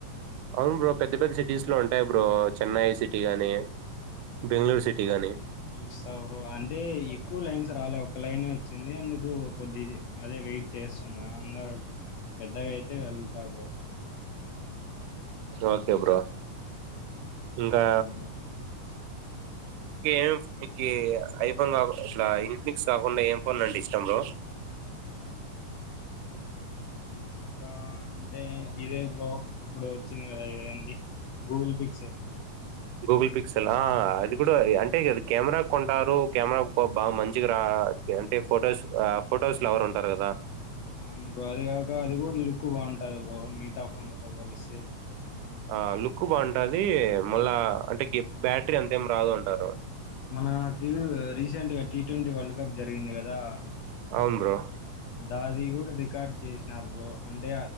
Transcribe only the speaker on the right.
అవును బ్రో పెద్ద పెద్ద సిటీస్ లో ఉంటాయి బ్రో చెన్నై సిటీ గాని బెంగళూరు సిటీ గాని
ఓకే బ్రో ఇంకా
ఇ ఏమ మీకు అయి ఇం కా ఇట్లా ఇంగ్నిక్స్ కాకుండా ఏం పనులంటే ఇష్టం బ్రో
గూగుల్ పిక్సల్ అది కూడా అంటే క కెమెరా కొంటారు కెమెరా బాగా మంచిగా రా అంటే ఫొటోస్ ఫొటోస్ లు ఎవరు ఉంటారు కదా
ఆ లుక్ బాగుంటది మళ్ళా అంటే బ్యాటరీ అంతేం రాదు అంటారు
అవును్ బ్రో